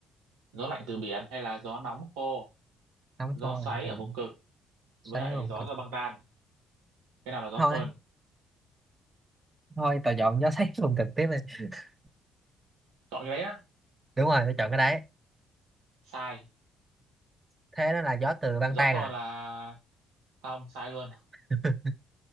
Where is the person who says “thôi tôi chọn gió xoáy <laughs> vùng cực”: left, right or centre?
Right